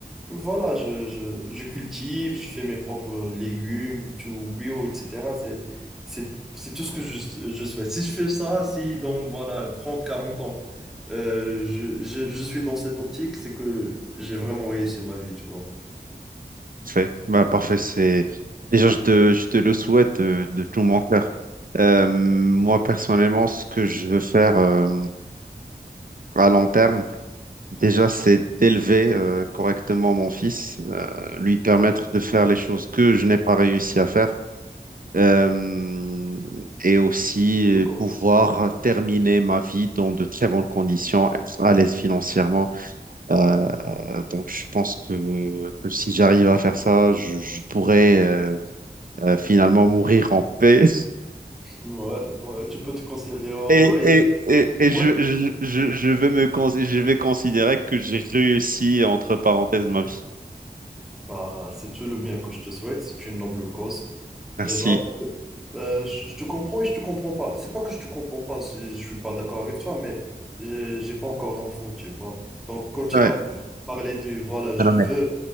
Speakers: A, in the centre; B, on the right (about 55°).
A: voilà, je, je, je cultive, je fais mes propres légumes, tout bio, etc. C'est, c'est, c'est tout ce que je, je souhaite. Si je fais ça, si dans voilà, 30 40 ans, euh, je, je, je suis dans cette optique, c'est que j'ai vraiment réussi ma vie, tu vois.
B: Parfait. Bah, parfait, c'est... Déjà, je te, je te le souhaite de, de tout mon cœur. Euh, moi, personnellement, ce que je veux faire euh, à long terme, déjà, c'est d'élever euh, correctement mon fils, euh, lui permettre de faire les choses que je n'ai pas réussi à faire, euh, et aussi
A: D'accord.
B: euh, pouvoir terminer ma vie dans de très bonnes conditions, être à l'aise financièrement. Euh, euh, donc, je pense que, que si j'arrive à faire ça, je, je pourrais euh, euh, finalement mourir en paix.
A: Ouais, ouais, tu peux te considérer heureux
B: Et,
A: et
B: et, et, et
A: ouais,
B: je, je, je, je vais me, cons- je vais considérer que j'ai réussi, entre parenthèses, ma vie.
A: Bah, c'est tout le bien que je te souhaite, c'est une noble cause.
B: Merci.
A: Déjà, parce que, euh, je, je te comprends et je te comprends pas. C'est pas que je te comprends pas, je, je suis pas d'accord avec toi, mais j'ai j'ai pas encore d'enfant, tu vois. Donc, quand tu
B: Ouais.
A: m'as parlé du voilà, je
B: Ah non,
A: veux,
B: mais